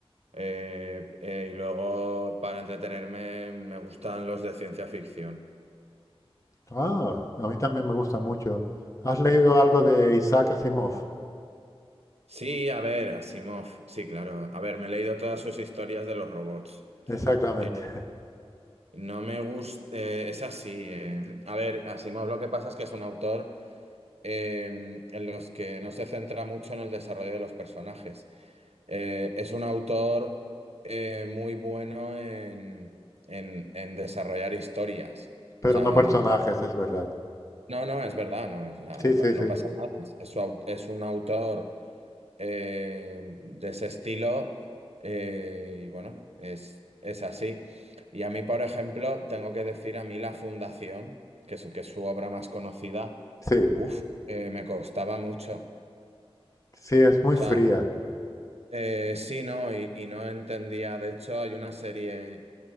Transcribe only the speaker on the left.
Ah, a mí también me gusta mucho. ¿Has leído algo de Isaac Asimov?
Exactamente,
<laughs>
pero
no personajes, es verdad.
Sí,
sí,
sí,
sí,
sí, es muy
fría.